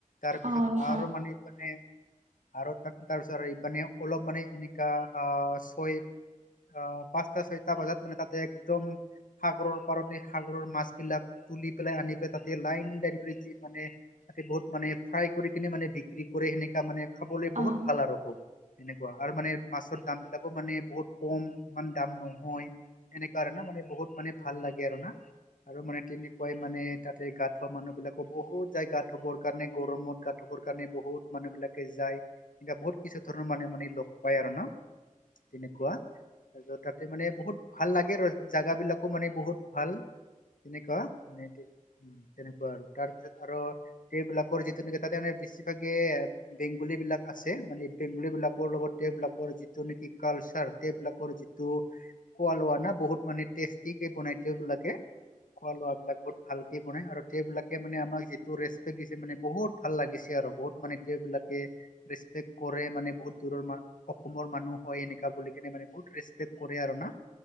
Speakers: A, on the left; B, on the right.
A: তাৰপিছত
B: অ',
A: আৰু মানে মানে আৰু ত তাৰ পিছতপানে অলপ মানে এনেকা অ' ছয় অ পাঁচ সাটা, ছয়টা বজাত মানে তাতে একদম সাগৰৰ পাৰত সাগৰৰ মাছ বিলাক তুলি পেলাই আনি পেলাই তাতে লাইন লাইন কৰি যি মানে তাতে বহুত মানে চাই কৰি কিনে মানে বিক্ৰী কৰে সেনেকা মানে খাবলৈ
B: অ', অ',
A: বহুত ভাল আৰু খুব এনেকুৱা আৰু মানে মাছৰ দামবিলাকো মানে বহুত কম ইমান দাম নহয় এনেককা না মানে বহুত মানে ভাল লাগে আৰু না আৰু মানে পুৱাই মানে তাতে গা ধোৱা মানুহ বিলাক। আকৌ বহুত যাই গা ধুবৰ কাৰণে গৰমত গা ধুবৰ কাৰণে বহুত মানুহ বিলাকে যায়। এনো বহুত কিছু ধৰণৰ মানে মানে লগ পায় আৰু ন তেনেকুৱা ত তাতে মানে বহুত ভাল লাগে ৰ জোগা বিলাকো মানে বহুত ভাল। তেনেকুৱা মানে তেনেকুৱা আৰু তাৰ পিছত আৰু সেবিলাকৰ যিটো নেকি তাতে মানে বেছিভাগে বেংগলী বিলাক আছে মানে বেংগলী বিলাকৰ লগত সেইবিলাকৰ যি টো নেকি কালচাৰ সবলাকৰ যিটো খোৱা লোৱা না বহুত মানে টেষ্টি কে বনাই। সোবিলাকে খোৱা লোৱাবিলাক বহুত ভালকে বনাই আৰু সেবিলাকে মানে আমাক যিটো ৰেচপেক্ট দিছে মানে বহুত ভাল লাগিছে আৰু বহুত মানে বিলাকে ৰেচিপি কৰে মানে বহুত দূৰৰ অসমৰ মানুহ হয় এনেকা বুলি কেনে মানে বহুত ৰেপেক্ট কৰে আৰু ন